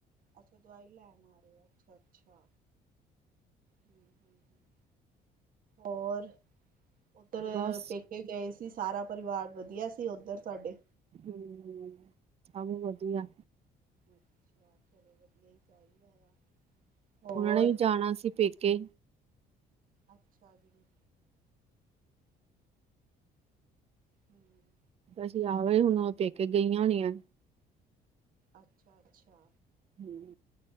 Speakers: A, on the right; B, on the right.
A: ਅੱਛਾ ਦਵਾਈ ਲੈਣ ਆ ਰਹੇ ।ਅੱਛਾ ਅੱਛਾ ਹਮ ਹ ਹ ਹੋਰ ਉੱਧਰ
B: ਬਸ
A: ਪੇਕੇ ਗਏ ਸੀ? ਸੀ ਸਾਰਾ ਪਰਿਵਾਰ ਵਧੀਆ ਸੀ ਉੱਧਰ ਤੁਹਾਡੇ?
B: ਹਮ ਸਭ ਵਧੀਆ।
A: ਅੱਛਾ ਚਲੋ ਵਧੀਆ ਹੀ ਚਾਹੀਦਾ ਆ। ਹੋਰ
B: ਉਹਨਾਂ ਨੇ ਵੀ ਜਾਣਾ ਸੀ ਪੇਕੇ।
A: ਅੱਛਾ ਜੀ ਹੂੰ,
B: ਅਸੀਂ ਆ ਗਿਆ । ਹੁਣ ਉਹ ਪੇਕੇ ਗਈਆਂ ਹੋਣੀਆਂ।
A: ਅੱਛਾ ਅੱਛਾ
B: ਹਮ